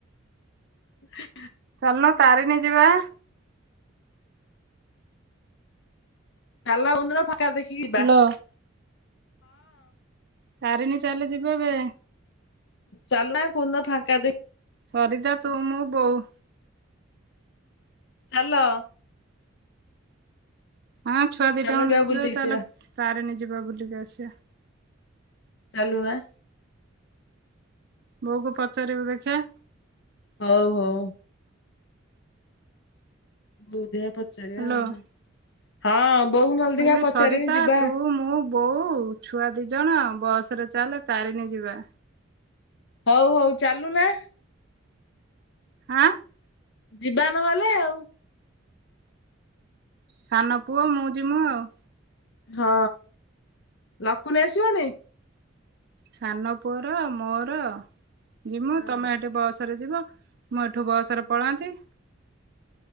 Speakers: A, on the left; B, on the right.
A: ହ
B: ଚାଲୁନ ତାରିଣୀ ଯିବା।
A: ଚାଲ କୋଉଦିନ ଫାଙ୍କା ଦେଖିକିି ଇବା।
B: ହାଲୋ ତାରିନି ଚାଲେ ଯିବ ବେ।
A: ଚାଲୁନା କୋଉଦିନ ଫାଙ୍କା ଦେ
B: ସରିତା ତୁ ମୁଁ ବୋଉ।
A: ଚାଲ।
B: ହଁ ଛୁଆ ଦିଟାଙ୍କୁ
A: ଚାଲ ଯିବା
B: ନେଇଯିବା
A: ବୁଲିକି
B: ଚାଲେ
A: ଆସିବା।
B: ତାରିଣି ଯିବା ବୁଲିକି ଆସିବା।
A: ଚାଲୁ ନା।
B: ବୋଉକୁ ପଚାରିବୁ ଦେଖିଆ।
A: ହଉ ହୋଉ। ବୋଉ ଦେଖିବା ପଚାରିବା
B: ହାଲୋ ମୁଁ
A: ହଁ ବୋଉକୁ ନହେଲେ
B: କହିଲି
A: ଦେଖିବା ପଚାରିମି
B: ସରିତା
A: ଯିବା।
B: ତୁ ମୁଁ ବୋଉ ଛୁଆ ଦିଜଣ ବସରେ ଚାଲେ ତାରିଣୀ ଯିବା।
A: ହଉ ହଉ ଚାଲୁନା।
B: ଆଁ?
A: ଯିବା ନହେଲେ ଆଉ।
B: ସାନ ପୁଅ ମୁଁ ଯିମୁଁ ଆଉ।
A: ହଁ। ଲକୁନୀ ଆସିବନେଇ?
B: ସାନପୁଅର ମୋର ଯିମୁ,
A: ହଁ
B: ତମେ ସେଠି ବସରେ ଯିବ। ମୁଁ ଏଠୁ ବସରେ
A: ହଁ।
B: ପଳାନ୍ତି।